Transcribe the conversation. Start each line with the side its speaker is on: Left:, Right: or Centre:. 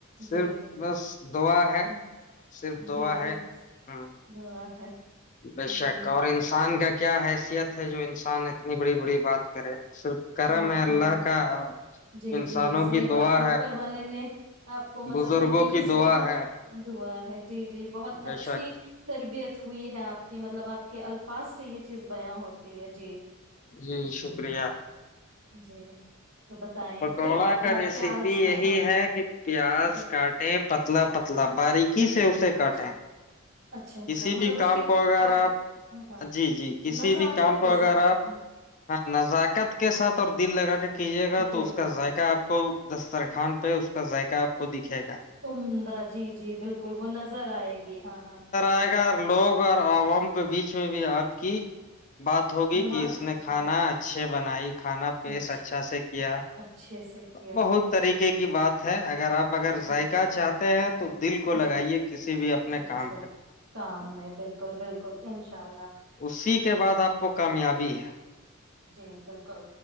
Left: صرف
Right: جی
Left: بس دعا ہے
Right: ہ
Left: صرف دعا
Right: جی جی
Left: ہے ہاں
Right: ب ہے
Left: بے شک
Right: جی
Left: اور انسان کا کیا کیا حیثیت ہے جو انسان اتنی بڑی بڑی بات کرے صرف کرم
Right: بات
Left: ہے اللہ
Right: کر ل
Left: کا اور
Right: جی
Left: انسانوں
Right: جی صحیح
Left: کی
Right: بات
Left: دعا
Right: ہے اوپر والے نے آپ کو مطلب
Left: بزرگوں
Right: ہے کہ
Left: کی
Right: اس
Left: دعا
Right: بہت
Left: ہے
Right: دوا ہے جی جی بہت
Left: بے
Right: اچھی
Left: شک
Right: تربیت ہوئی ہے آپ کی مطلب آپ کے الفاظ سے یہ چیز بیاں ہوتی ہے جی
Left: جی شکریہ
Right: جی تو بتائیں
Left: پکوڑا
Right: پھر
Left: کا ریسیپی
Right: پیاز
Left: یہی
Right: ہاں ہاں
Left: ہے کہ پیاز
Right: جی
Left: کاٹیں پتلا پتلا باریک ک سے اسے
Right: اچھا
Left: کاٹیں
Right: اچھا اچھا
Left: کسی
Right: مطلب
Left: بھی
Right: اس
Left: کام
Right: کے
Left: کو اگر
Right: کاٹ
Left: آپ
Right: ہاں ہاں
Left: جی جی کسی
Right: نزاکت
Left: بھی کام کو
Right: کے
Left: اگر
Right: ساتھ
Left: آپ
Right: ہ
Left: ہ نزاکت کے ساتھ اور دل لگا کے کیجیے گا
Right: دل
Left: تو اس
Right: لگا
Left: کا ذائقہ
Right: کے
Left: آپ کو دسترخان پہ اس کا ذائقہ آپ کو دکھائے گا
Right: عمدہ جی جی بالکل وہ نظر آئے گی ہاں ہاں
Left: جائے گا لوگ اور عوام کے بیچ میں بھی آپ کی بات ہوگی
Right: واہ
Left: کہ اس نے کھانا
Right: بات
Left: اچھے بنائی کھانا پیش
Right: اچھے
Left: اچھا سے کیا
Right: اچھے سے کیا
Left: بہت طریقے
Right: جی
Left: کی بات ہاںگے <unintelligible> اگر آپ اگر
Right: جی
Left: ذائقہ
Right: جی
Left: چاہتے ہیں تو دل کو
Right: جی
Left: لگائیے کسی بھی اپنے
Right: جی بالکل
Left: کام پہ
Right: کام میں بالکل بالکل انشاء اللہ
Left: اسی کے بعد آپ کو کامیابی ہے
Right: جی <unintelligible> بالکل